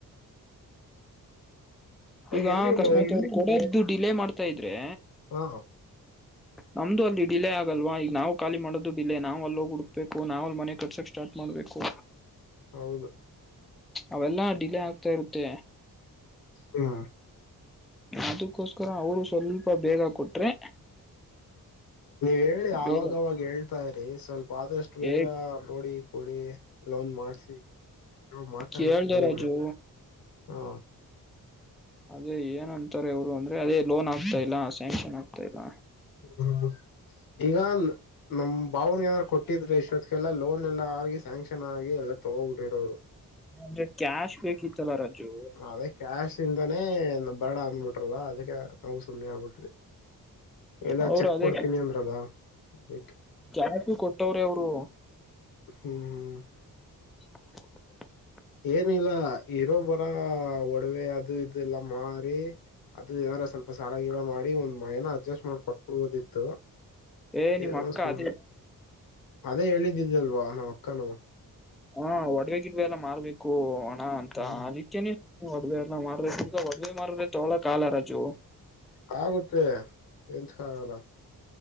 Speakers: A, in the centre; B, on the left.
A: ಈಗ
B: ಎಲ್ಲಿ
A: ಆಕಸ್ಮಾತ
B: ನಾವ್ ಎಲ್ಲಿ
A: ಅವ ಕೊಡೋದು ಡಿಲೇ ಮಾಡ್ತಾ ಇದ್ರೆ.
B: ಹಾ
A: ನಮ್ದು ಅಲ್ಲಿ ಡಿಲೇ ಆಗಲ್ವಾ ಈಗ ನಾವು ಖಾಲಿ ಮಾಡೋದು ಡಿಲೇ ನಾವ್ ಅಲ್ಲಿ ಹುಡುಕ್ಬೇಕು ನಾವ್ ಅಲ್ಲಿ ಮನೆ ಕನ್ಸ್ಟ್ರಕ್ಷನ್ ಸ್ಟಾರ್ಟ್ ಮಾಡಬೇಕು.
B: ಹೌದು
A: ಅವೆಲ್ಲಾ ಡಿಲೇ ಆಗ್ತಾ ಇರುತ್ತೆ.
B: ಹ್ಮ
A: ಅದಕ್ಕೋಸ್ಕರ ಅವರು ಸ್ವಲ್ಪ ಬೇಗ ಕೊಟ್ರೆ.
B: ನೀವ್ ಹೇಳಿ ಆವಾಗವಾಗ
A: ಬೇಗ
B: ಹೇಳ್ತಾ ಇರಿ ಸ್ವಲ್ಪ ಆದಷ್ಟು ಬೇಗ
A: ಏ
B: ನೋಡಿ ಕೊಡಿ. ಲೋನ್ ಮಾಡ್ಸಿ ಮಾತಾಡ್ರಿ
A: ಕೇಳ್ದ
B: ನೀವುನು
A: ರಾಜು
B: ಹಾ.
A: ಅದೇ ಏನಂತಾರೆ ಅವರು ಅಂದ್ರೆ ಅದೇ ಲೋನ್ ಆಗ್ತಾ ಇಲ್ಲ ಸ್ಯಾಂಕ್ಷನ್ ಆಗ್ತಾ ಇಲ್ಲ.
B: ಹ್ಮ ಈಗ ನಮ್ಮ ಬಾವನಗೆ ಏನಾರು ಕೊಟ್ಟಿದ್ರೆ ಇಷ್ಟೊತ್ಕಲ್ಲ ಲೋನ್ ಎಲ್ಲ ಆಗಿ ಸ್ಯಾಂಕ್ಷನ್ ಆಗಿ ಎಲ್ಲ ತಗೋಬಿಟ್ಟಿರೋರು.
A: ಅಂದ್ರೆ ಕ್ಯಾಶ್ ಬೇಕಿತ್ತು. ತಲ್ಲ ರಾಜು
B: ಅದೇ ಕ್ಯಾಶ್ ಇಂದಾನೇ ಬೇಡ ಅಂದಬಿಟ್ಟರು ಅದಕ್ಕೆ ನಾವು ಸುಮ್ಮನೆ ಆಗ್ಬಿಟ್ರಿ. ಎಲ್ಲ
A: ಅವರು
B: ಚೆಕ
A: ಅದೇ
B: ಕೊಡ್ತೀನಿ ಅಂದ್ರಲ್ಲ ಅದಿಕ್ಕೆ
A: ಕ್ಯಾಶ್ ಕೊಟ್ಟವ್ರೇ ಅವರು
B: ಹ್ಮ್ ಹ್ಮ್
A: <inaudible>
B: ಏನಿಲ್ಲ ಇರೋಬ್ಬರ ಒಡವೆ ಅದು ಇದು ಎಲ್ಲಾ ಮಾರಿ ಅದು ಏನಾರ ಸ್ವಲ್ಪ ಸಾಲ ಗೀಲ ಮಾಡಿ ಒಂದ್ ಏನ ಅಡ್ಜಸ್ಟ್ ಮಾಡ ಕೊಟ್ಬಿಡ್ಬೋದಿತ್ತು.
A: ಏ ನಿಮ್
B: ನು
A: ಅಕ್ಕ
B: ಸು
A: ಅದೇ
B: ಅದೇ ಹೇಳಿದ್ದಿದ್ದಲ್ವಾ ಹಾ ಅಕ್ಕನು.
A: ಹಾ ಒಡವೆ ಗಿಡವೆ ಎಲ್ಲ ಮಾರ್ಬೇಕು ಹಣ ಅಂತ
B: ಹ್ಮ್
A: ಅದಕ್ಕೆನೆ. ಒಡವೆ ಎಲ್ಲ ಮಾರಾದ್ರೆ ಒಡವೆ ಮಾರದ್ರೆ ತೊಗೊಳಕ ಆಗಲ ರಾಜು.
B: ಆಗುತ್ತೆ ಏಂತಕಾಗಲ್ಲ.